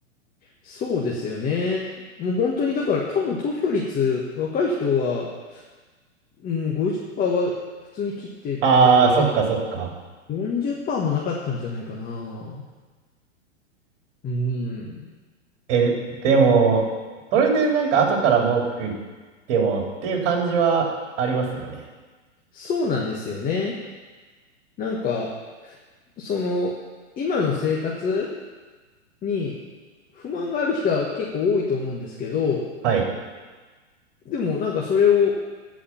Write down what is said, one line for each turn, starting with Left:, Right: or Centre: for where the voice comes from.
Left: そうですよね。もう本当にだから多分投票率若い人は、うん、50%は普通に切ってたから
Right: ああ、そっかそっか。
Left: 40%もなかったんじゃないかな。うん。
Right: え、でも、それでなんか後から文句言ってもっていう感じはありますよね。
Left: そうなんですよね。なんかその今の生活に不満がある人は結構多いと思うんですけど、
Right: はい。
Left: でもなんかそれを